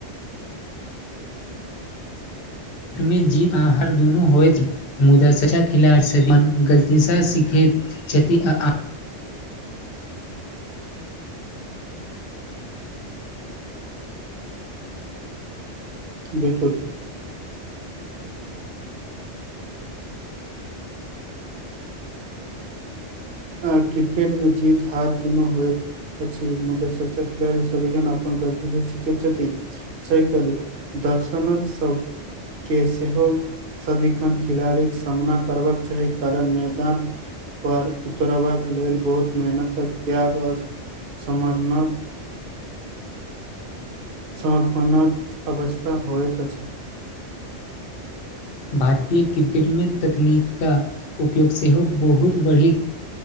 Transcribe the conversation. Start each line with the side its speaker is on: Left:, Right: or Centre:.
Left: तमे जीत कहाँ हर दुनू होइ ती मुदा सचा खिलाड़ी गलतीसँ सीखैत छथि आ आ
Right: बिलकुल अ क्रिकेट मे जीत हार दुनू होइत अ म तऽ स्वच्चा खिलड़ी सद अपन गतीसँ शख <inaudible> सही कहलू दर्शनक सब के सेहो सदिखन खिलाड़ी के सामना करबाक चाही कारण मैदान पर उतरबाक लेल बहुत मेहनतक त्याग आ समाधानक समर्पणक अवस्था होइत अछि
Left: भारतीय क्रिकेटमे तकनीकक उपयोग सेहो बहुत बढ़ी